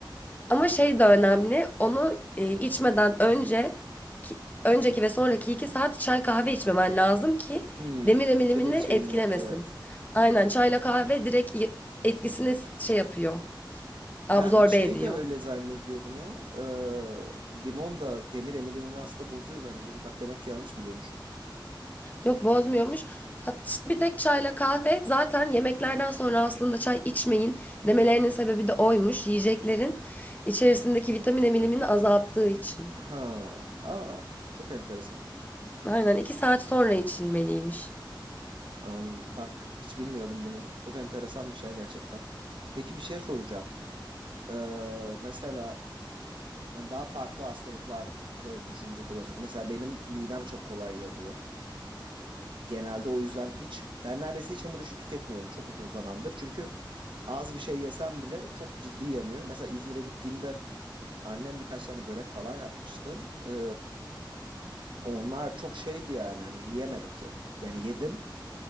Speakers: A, on the left; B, on the right.
A: Ama şey de önemli. Onu e, içmeden önce ki, önceki ve sonraki iki saat çay kahve içmemen lazım ki
B: Hmm.
A: demir emilimini
B: Demir şeyini
A: etkilemesin.
B: evet. Tabii.
A: Aynen çayla kahve direkt y- etkisini s- şey yapıyor. Absorbe
B: Ben şey
A: ediyor.
B: de öyle zannediyordum ya. eee, limon da demir emilimini aslında bozuyor zannediyordum. Bak demek ki yanlış biliyormuşum.
A: Yok bozmuyormuş. Hat- Bir tek çayla kahve zaten yemeklerden sonra aslında çay içmeyin demelerinin sebebi de oymuş. Yiyeceklerin içerisindeki vitamin emilimini azalttığı için.
B: Ha, aa, çok enteresan.
A: Aynen iki saat sonra içilmeliymiş.
B: Am, bak hiç bilmiyordum bunu. Çok enteresan bir şey gerçekten. Peki bir şey soracağım. Eee, mesela hani daha farklı hastalıkları düşünecek olursak. Mesela benim midem çok kolay yanıyor. Genelde o yüzden hiç ben neredeyse hiç hamur işi tüketmiyorum çok uzun zamandır. Çünkü az bir şey yesem bile çok ciddi yanıyor. Mesela İzmir'e gittiğimde annem birkaç tane börek falan yapmıştı. Ee, onlar çok şeydi yani hani yiyemedim çok. Yani yedim